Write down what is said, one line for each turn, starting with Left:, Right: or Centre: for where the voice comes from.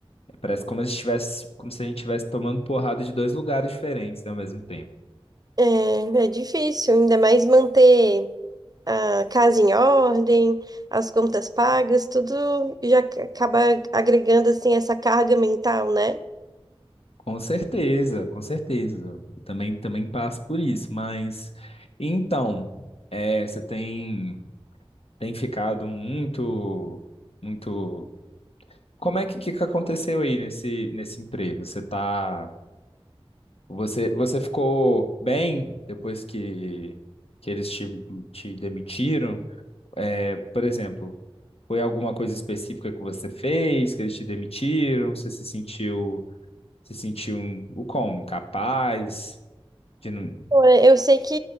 Left: parece como se estivesse, como se a gente estivesse tomando porrada de dois lugares diferentes, né, ao mesmo tempo.
Right: É, é difícil, ainda mais manter a casa em ordem, as contas pagas, tudo já ac- acaba agregando assim essa carga mental, né?
Left: Com certeza, com certeza. Também, também passo por isso. Mas então, é, você tem tem ficado muito, muito. Como é que que que aconteceu aí nesse nesse emprego? Você tá, você você ficou bem depois que que eles te, te demitiram? É, por exemplo, foi alguma coisa específica que você fez que eles te demitiram? Você se sentiu se sentiu o como? Incapaz? De não...
Right: Pô, Eu sei que